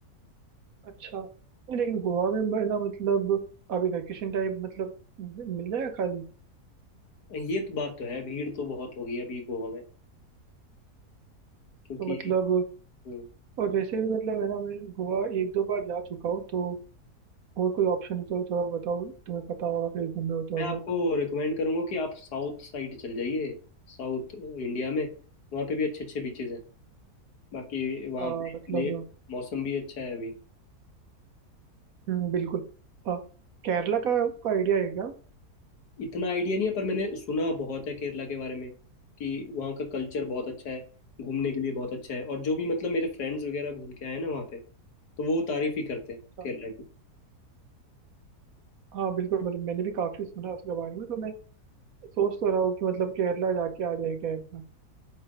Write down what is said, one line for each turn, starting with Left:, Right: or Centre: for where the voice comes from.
Right: अच्छा नहीं, लेकिन गोवा में मैं ना मतलब अभी वेकेशन टाइप मतलब मिल जाएगा खाली
Left: है ये तो बात तो है भीड़ तो बहुत हो गई है अभी गोवा में क्योंकि
Right: तो मतलब
Left: हम्म,
Right: और वैसे भी मतलब है ना मैं गोवा एक दो बार जा चुका हूँ तो और कोई ऑप्शन हो तो थोड़ा बताओ तुम्हें पता होगा कहीं घूमे हो तो
Left: मैं आपको
Right: अगर
Left: रिकमेंड करूंगा कि आप साउथ साइड चल जाइए साउथ इंडिया में वहाँ पे भी अच्छे अच्छे बीचेस हैं बाकी वहाँ
Right: अ,
Left: पे
Right: मतलब
Left: ने- मौसम भी अच्छा है अभी
Right: हम्म, बिल्कुल अ, केरला का का आइडिया है क्या
Left: इतना आइडिया नहीं है पर मैंने सुना बहुत है केरला के बारे में कि वहाँ का कल्चर बहुत अच्छा है घूमने के लिए बहुत अच्छा है और जो भी मतलब मेरे फ्रेंड्स वगैरह घूम के आए हैं ना वहाँ पे तो वो तारीफ ही करते हैं
Right: अच्छा
Left: केरला की
Right: हाँ बिल्कुल मतलब मैंने भी काफी सुना है उसके बारे में तो मैं सोच तो रहा हूँ कि मतलब केरला जाके आ जाए क्या एकदम